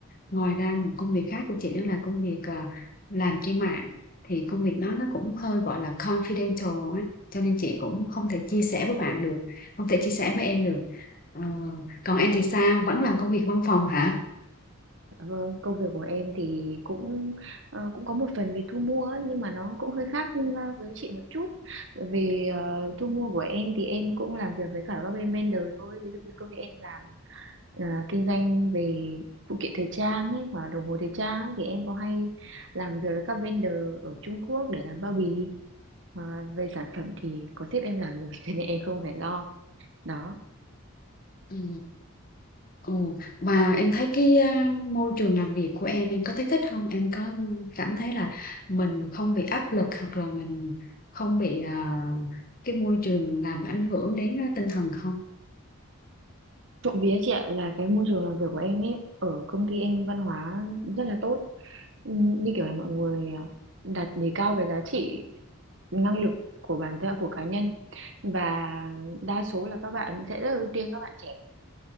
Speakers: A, on the left; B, on the right.
A: Ngoài ra một công việc khác của chị đó là công việc ờ, làm trên mạng thì công việc đó nó cũng hơi gọi là confidential ấy. Cho nên chị cũng không thể chia sẻ với bạn được, không thể chia sẻ với em được. Ờ, còn em thì sao? Vẫn làm công việc văn phòng hả?
B: Dạ Vâng, công việc của em thì cũng ờ, cũng có một phần về thu mua ấy, nhưng mà nó cũng hơi khác ờ, với chị một chút. Bởi Vì ờ, thu mua của em thì em cũng làm việc với cả các bên vendor thôi. Ví dụ như công ty em làm ờ, kinh doanh về phụ kiện thời trang ấy và đồng hồ thời trang ấy thì em có hay làm việc với các vendor ở Trung Quốc để làm bao bì Ờ, về sản phẩm thì có sếp em làm rồi <laughs> cho nên em không phải lo đó
A: Ừ. Ồ, và em thấy cái à, môi trường làm việc của em em có thấy thích không? Em có cảm thấy là mình không bị áp lực hoặc là mình không bị à, cái môi trường làm ảnh hưởng đến à, tinh thần không?
B: trộm vía chị ạ là cái môi trường làm việc của em ấy ở công ty em văn hóa rất là tốt Ừ, như kiểu là mọi người ờ, đặt đề cao cái giá trị năng lực của bản thân của cá nhân và đa số là các bạn sẽ rất là ưu tiên các bạn trẻ